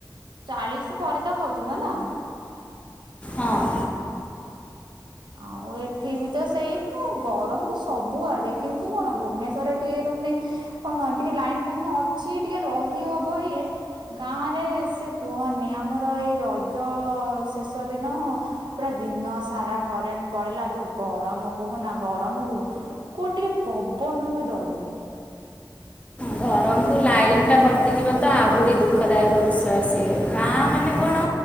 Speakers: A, on the right; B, on the left.
A: ଚାଳିଶ ପରେ ତ ହଉଥିବ ନା।
B: ହଁ।
A: ଆଉ ଏଠି ବି ତ ସେଇ <unintelligible> ଗରମ ତ ସବୁଆଡେ କିନ୍ତୁ କଣ ଭୁବନେଶ୍ଵରରେ ଟିକେ ମାନେ କଣ ଟିକେ ଲାଇନ ଫାଇନ୍ ଅଛି ଟିକେ ରହିହବ ଇଏ ଗାଁ ରେ ସେ କୁହନି ଆମର ଏଇ ରଜ ଅ ଶେଷ ଦିନ ପୁରା ଦିନ ସାରା କରେଣ୍ଟ ପଳେଇଲା ଯୋଉ ଗରମ କୁହନା ଗରମକୁ କୁ ଟିକେ ପବନ ବି ଦଉନି।
B: ଗରମ୍ କୁ ଲାଇନ ଟା କଟିଯିବ ତ ଆହୁରି ଦୁଃଖଦାୟକ ବିଷୟ ସିଏ ଗାଁ ମାନେ କଣ